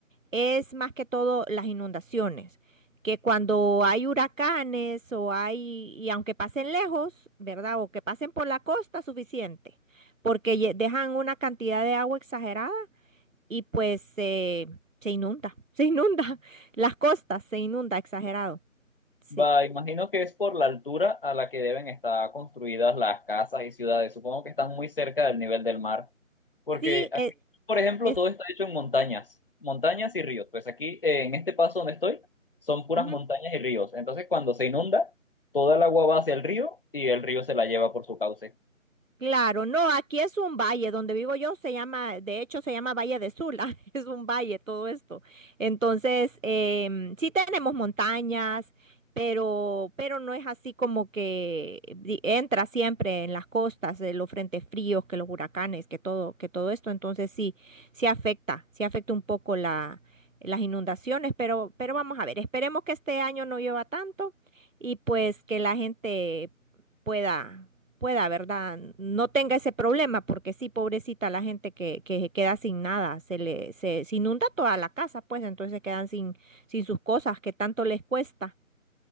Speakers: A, on the right; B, on the left.
A: es más que todo las inundaciones, que cuando hay huracanes o hay, y aunque pasen lejos, ¿verdad? O que pasen por la costa, suficiente, porque lle- dejan una cantidad de agua exagerada y pues eh, se inunda, <laughs> se inunda, las costas se inunda exagerado. Sí,
B: va, imagino que es por la altura a la que deben estar construidas las casas y ciudades. Supongo que están muy cerca del nivel del mar, porque
A: sí,
B: aquí,
A: e-
B: por ejemplo,
A: es,
B: todo está hecho en montañas, montañas y ríos. Pues aquí, eh, en este paso donde estoy, son puras
A: ujú.
B: montañas y ríos. Entonces, cuando se inunda, toda el agua va hacia el río y el río se la lleva por su cauce.
A: Claro, no, aquí es un valle, donde vivo yo se llama, de hecho se llama Valle de Sula, <laughs> es un valle todo esto. Entonces, em, sí tenemos montañas, pero, pero no es así como que di- entra siempre en las costas, eh, los frentes fríos, que los huracanes, que todo, que todo esto. Entonces sí, sí afecta, sí afecta un poco la, las inundaciones, pero, pero vamos a ver, esperemos que este año no llueva tanto y pues que la gente pueda pueda, ¿verdad? No tenga ese problema, porque sí, pobrecita la gente que, que se queda sin nada, se le, se, se inunda toda la casa, pues entonces quedan sin, sin sus cosas que tanto les cuesta.